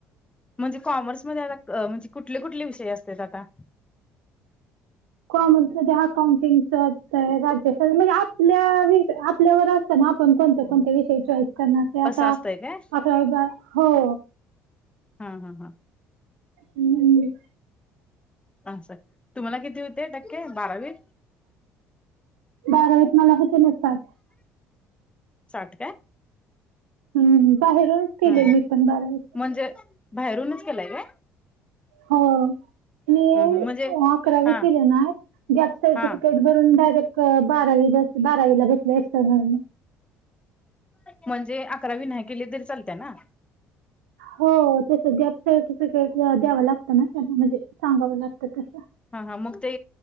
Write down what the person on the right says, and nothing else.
कॉमर्समध्ये अकाउंटिंगच असत राज्या म्हणजे आपल्या विष आपल्यावर असतं ना कोण कोणत्या कोण्या विषयी ते आता
अकरा हो
हम्म
बारावीस मला होते न पाठ
हम्म बाहेरूनच केले
मी पण बारावी
हो, मी
अकरावी
केले ना गॅप सर्टिफिकेट
भरून. डायरेक्ट बारावी ब बारावीला बसले असतेय म्हणून
हो, ते गॅप सर्टिफिकेट द्यावं लागतं ना. त्यांना म्हणजे सांगावं लागतं तर.